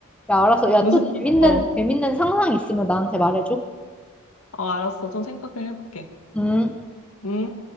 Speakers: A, in the centre; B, on the left.
A: 야, 알았어. 야,
B: <laughs> 무슨
A: 또 재밌는,
B: 어,
A: 재밌는 상상 있으면 나한테 말해줘.
B: 어 알았어 좀 생각을 해볼게
A: 음.
B: 음